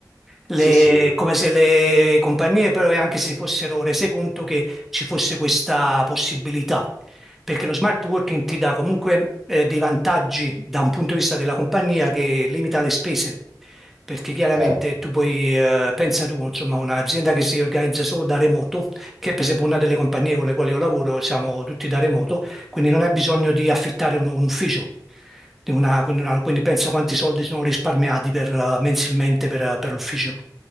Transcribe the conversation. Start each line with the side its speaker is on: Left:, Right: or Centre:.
Centre: Le-
Right: sì, sì,
Centre: come se le compagnie però anche si fossero rese conto che ci fosse questa possibilità. perché lo smart working ti dà comunque eh, dei vantaggi da un punto di vista della compagnia che limita le spese, perché chiaramente
Right: eh,
Centre: tu puoi, eh, pensa tu, insomma, un'azienda che si organizza solo da remoto, che è per esempio una delle compagnie con le quali io lavoro, siamo tutti da remoto, quindi non hai bisogno di affittare un, un ufficio. di una- quindi, una- quindi pensa quanti soldi sono risparmiati per, eh, mensilmente per, per l'ufficio